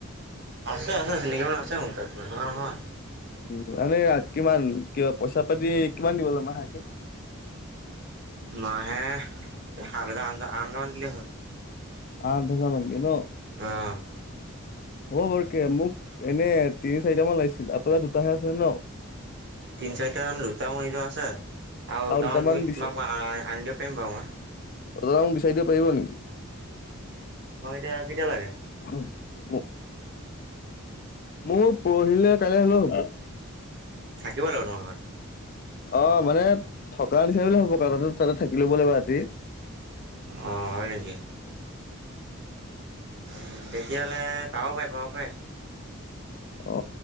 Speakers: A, on the right; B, on the left.
A: আছে আছে নকি মান আছেণ হয়
B: উম, এনে কিমান কিবা পইচা পাতি কিমান দিব এমাহাকে?
A: মাহে হাল আন আনল দিলে হ'ল
B: আঠ হাজাৰ মানকে ন'।
A: কুত্ত
B: হ'ব বৰকে মোক এনে তিনি চাৰিটা মান লাগিছিল, আপোনাৰ দুটাহে আছে ন'?
A: তিনি চাৰিটাান োতামনিিজ আছে আৰু তাৰমানে
B: দুটামান
A: তুমি
B: বিচা
A: তোমাক আনিব প পাব মা
B: অজ মোক বিচাৰি দিব পাৰিব নেকি
A: তোমাক এতিয়া কেতিয়া লাগে?
B: উ উ মোৰ পৰহিলে কাইলৈ হলেও হ'ব
A: থাকিব লাগিব তোমাৰ ঘৰত।
B: অ মানে থকা নিচিনা বুলি হ'ব ক তাতে তাতে থাকি ল'ব লাগিব ৰাতি
A: অঁ হয় নেকি উ তেতিয়াহলে পাব পাই পাব পাৰে
B: অ